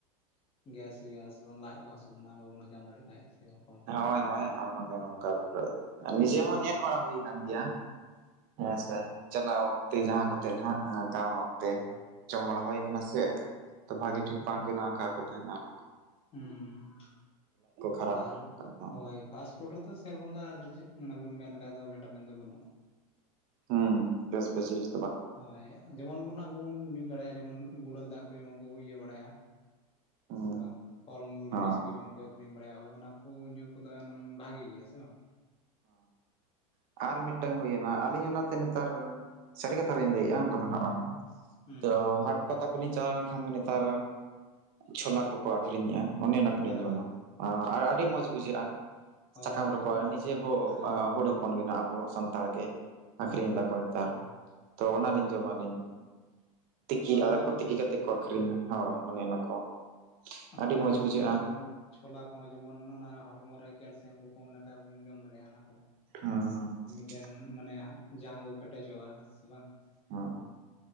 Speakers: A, on the left; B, on the right.
A: ᱜᱮᱥ ᱦᱩᱭᱩᱜᱼᱟ ᱥᱮ ᱞᱟᱡ ᱠᱚ ᱦᱟᱹᱥᱩ ᱵᱚᱱᱟ ᱵᱟᱵᱚᱱ ᱦᱟᱡᱟᱢ ᱫᱟᱲᱮᱭᱟᱜ ᱠᱷᱟᱡ᱾ ᱨᱚᱠᱚᱢ
B: ᱦᱳᱭ ᱦᱳᱭ ᱟᱭᱢᱟᱜᱟᱱ ᱱᱚᱝᱠᱟ ᱯᱩᱨᱟᱹ ᱱᱤᱡᱮ ᱦᱚᱸ ᱧᱮᱞ ᱵᱟᱲᱟ ᱦᱩᱭ ᱟᱠᱟᱱ ᱜᱮᱭᱟ ᱦᱮᱸ ᱥᱮ ᱪᱟᱞᱟᱣ ᱚᱠᱛᱮ ᱡᱟᱦᱟᱸ ᱠᱚᱛᱮ ᱦᱟᱜ ᱫᱟᱬᱟᱱ ᱚᱠᱛᱮ ᱡᱚᱢ ᱵᱟᱲᱟ ᱦᱩᱭ ᱠᱟᱱᱟ ᱥᱮ ᱛᱚ ᱵᱷᱟᱹᱜᱤ ᱴᱷᱤᱠ ᱵᱟᱝ ᱵᱮᱱᱟᱣ ᱟᱠᱟᱫ ᱠᱚ ᱛᱟᱦᱮᱱᱟ ᱾
A: ᱚᱢᱻ
B: ᱠᱷᱟᱨᱟᱯ
A: ᱟᱨ
B: ᱟᱠᱟᱫ ᱛᱟᱦᱮᱸᱜ
A: ᱦᱳᱭ ᱯᱷᱟᱥᱴ ᱯᱷᱩᱰ ᱨᱮᱫᱚ ᱥᱮᱨᱚᱠᱚᱢ ᱫᱚ ᱟᱨ ᱢᱟᱱᱮ ᱵᱚᱱ ᱢᱮᱱ ᱞᱮᱠᱷᱟᱱ ᱫᱚ ᱵᱷᱤᱴᱟᱢᱤᱱ ᱫᱚ ᱵᱟᱹᱱᱩᱜᱼᱟ
B: ᱦᱩᱸ ᱵᱮᱥ ᱵᱮᱥ ᱵᱮᱥ
A: ᱦᱳᱭ ᱡᱮᱢᱚᱱ ᱵᱚᱱ ᱟᱵᱚ ᱵᱚᱱ ᱧᱩ ᱫᱟᱲᱮᱭᱟᱜᱼᱟ ᱡᱮᱢᱚᱱ ᱜᱩᱲᱟᱹ ᱫᱟᱜ ᱠᱚ ᱡᱮᱢᱚᱱ ᱠᱚ ᱤᱭᱟᱹ ᱵᱟᱲᱟᱭᱟ ᱦᱮᱸ
B: ᱦᱩᱸ
A: ᱥᱮ ᱵᱟᱝ ᱯᱷᱚᱞ ᱢᱩᱞ
B: ᱦᱚᱸ
A: ᱨᱚᱥ ᱠᱚ ᱡᱮᱢᱚᱱ ᱠᱚ ᱟᱠᱷᱨᱤᱧ ᱵᱟᱲᱟᱭᱟ ᱦᱩᱭᱩᱜ ᱚᱱᱟ ᱠᱚ ᱧᱩ ᱠᱚᱫᱚ ᱮ ᱵᱷᱟᱜᱮ ᱜᱮᱭᱟ ᱥᱮ ᱵᱟᱝ
B: ᱟᱨ ᱢᱤᱫ ᱴᱟᱝ ᱦᱩᱭᱱᱟ ᱟᱹᱞᱤᱧ ᱚᱱᱟ ᱛᱮ ᱱᱮᱛᱟᱨ ᱥᱟᱹᱨᱤ ᱠᱟᱛᱷᱟ ᱞᱤᱧ ᱞᱟᱹᱭᱮᱫᱼᱟ ᱵᱟᱝ
A: ᱦᱩᱸ
B: ᱛᱚ ᱦᱟᱴ ᱯᱟᱛᱟ ᱠᱚᱞᱤᱧ ᱪᱟᱞᱟᱣ ᱞᱮᱱ ᱠᱷᱟᱱ ᱫᱚ ᱱᱮᱛᱟᱨ ᱡᱷᱳᱞᱟ ᱠᱚ ᱟᱠᱷᱨᱤᱧᱮᱜᱼᱟ ᱚᱱᱮ ᱚᱱᱟ ᱠᱚᱞᱤᱧ
A: ᱦᱳᱭ
B: ᱡᱚᱢᱟ
A: ᱦᱳᱭ ᱴᱷᱤᱠ
B: ᱟᱨ
A: ᱴᱷᱤᱠ
B: ᱟᱹᱰᱤ ᱢᱚᱸᱡᱽ ᱵᱩᱡᱷᱟᱹᱜᱼᱟ
A: ᱦᱳᱭ
B: ᱥᱟᱠᱟᱢ
A: ᱦᱳᱭ
B: ᱨᱮᱠᱚ ᱡᱮᱦᱳ
A: ᱦᱮᱸ
B: ᱦᱚᱲ ᱦᱚᱯᱚᱱ ᱜᱮ ᱱᱟᱜ ᱟᱵᱚ ᱥᱟᱱᱛᱟᱲ ᱜᱮ ᱟᱠᱷᱨᱤᱧ
A: ᱦᱮᱸ
B: ᱫᱟ ᱠᱚ ᱱᱮᱛᱟᱨ᱾ ᱛᱚ ᱚᱱᱟᱞᱤᱧ
A: ᱦᱳᱭ
B: ᱡᱚᱢᱟᱞᱤᱧ ᱛᱤᱠᱤ
A: ᱦᱳᱭ
B: ᱟᱫᱟ
A: ᱚᱱᱟ
B: ᱠᱚ
A: ᱵᱮᱥ
B: ᱛᱤᱠᱤ ᱠᱟᱛᱮ
A: ᱜᱮᱭᱟ
B: ᱠᱚ ᱟᱠᱷᱨᱤᱧᱟ ᱦᱳᱭ ᱚᱱᱮ ᱚᱱᱟ ᱠᱚ ᱟᱹᱰᱤ
A: ᱦᱳᱭ
B: ᱢᱚᱸᱡᱽ
A: ᱵᱮᱥ
B: ᱵᱩᱡᱷᱟᱹᱜᱼᱟ
A: ᱜᱮᱭᱟ ᱚᱱᱟ ᱪᱷᱚᱞᱟ ᱠᱚᱦᱚᱸ ᱡᱮᱢᱚᱱ ᱚᱱᱟ ᱦᱚᱲᱢᱚ ᱨᱮ ᱠᱮᱞᱥᱤᱭᱟᱢ ᱠᱚ ᱠᱚᱢ ᱞᱮᱠᱷᱟ ᱵᱚᱱ ᱡᱚᱢ ᱫᱟᱲᱮᱭᱟᱜᱼᱟ, ᱚᱱᱟ ᱠᱚ᱾
B: ᱦᱮᱸᱻ᱾
A: ᱢᱤᱫ ᱴᱮᱱ ᱢᱟᱱᱮ ᱡᱟᱝ ᱠᱚ ᱠᱮᱴᱮᱡᱚᱜᱼᱟ ᱥᱮ ᱵᱟᱝ?
B: <unintelligible>